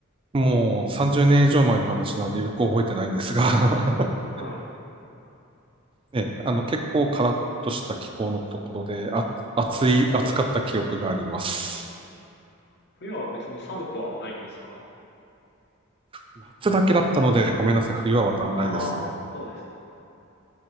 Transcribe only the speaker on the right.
もう30年以上前の話なのでよく覚えてないんですが <laughs>
ね、あの、結構カラッとした気候のところで、あ、暑い、
暑かった記憶があります。
夏だけだったので、ごめんなさい、冬はわかんないですね。